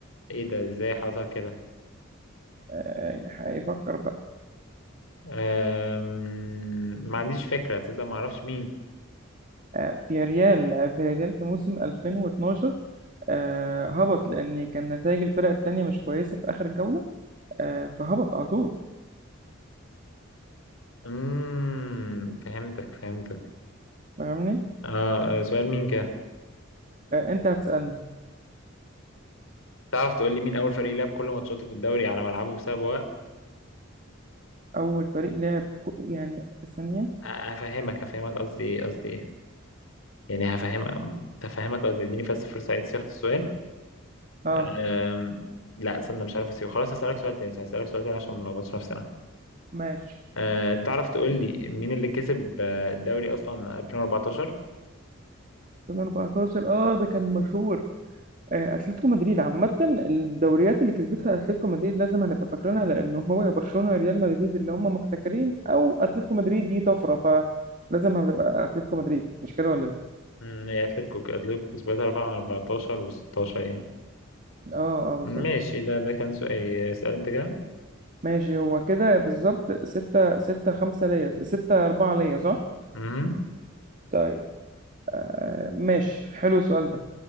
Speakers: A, on the left; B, on the right.
A: ايه ده ازاي حصل كده
B: آه، يعني هيفكر بقى
A: أم... ما عنديش فكرة تصدق ما اعرفش مين
B: آه، في ريال آه، في ريال في موسم 2012 آه، هبط لأن كان نتائج الفرق التانية مش كويسة في آخر جولة آه، فهبط على طول
A: امم فهمتك فهمتك
B: فاهمني
A: آه آه، سؤال مين كده
B: آه، أنت هتسألني
A: تعرف تقول لي مين اول فريق لعب كل ماتشاته في الدوري على ملعبه بسبب وقت
B: أول فريق لعب كو- يعني ثانية
A: هفهمك هفهمك قصدي ايه قصدي ايه يعني هفهم هفهمك قصدي اديني بس فرصة اعيد صياغة السؤال
B: أه
A: أم... لا استنى مش عارف اسيبه خلاص هسألك سؤال تاني هسألك سؤال تاني عشان ما نلخبطش نفسنا
B: ماشي
A: أه تعرف تقول لي مين اللي كسب آه، الدوري اصلا 2014
B: 2014 أه ده كان مشهور آه، أتلتيكو مدريد عامة الدوريات اللي كسبتها أتلتيكو مدريد لازم هنبقى فاكرينها لأن هو يا برشلونة يا ريال مدريد اللي هم محتكرين أو أتلتيكو مدريد دي طفرة فلازم هتبقى أتلتيكو مدريد مش كده ولا إيه؟
A: امم هي اتلتيكو اتلتيكو كسبتها فعلا 14 و16 يعني
B: أه
A: ماشي
B: أه بالظبط
A: ده ده كان سؤالي اسأل انت كده
B: ماشي هو كده بالظبط ستة ستة خمسة ليا ستة أربعة ليا صح؟
A: مهم.
B: طيب آه ماشي حلو السؤال ده